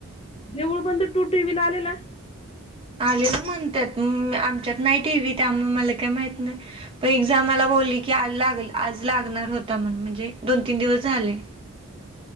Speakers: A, on the left; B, on the right.
A: नेउळ बंद तू टीव्हीला आलेला
B: आलेच म्हणतात आमच्यात नाही टीव्ही त्यामुळे मला काय माहीती नाही. पण एकदा मला बोलली की लाग आज लागणार होता म्हण म्हणजे दोन तीन दिवस झाले.